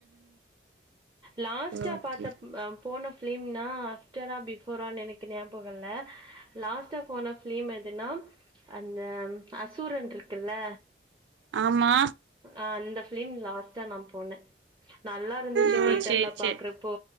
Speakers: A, on the right; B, on the right.
A: லாஸ்ட்டா
B: ஓகே
A: பாத்த ம் அ ம் போன ஃபிலிம்னா ஆஃப்டரா பிஃபோரானு எனக்கு ஞாபகோ இல்ல லாஸ்ட்டா போன ஃப்லீம் எதுன்னா அந்த அசூரன்ட்ருக்குல்ல
B: ஆமா
A: அ அந்த ஃப்லிம் லாஸ்ட்டா நா போனே நல்லா இருந்துச்சு
B: ஓ சேரி சேரி
A: இப்போ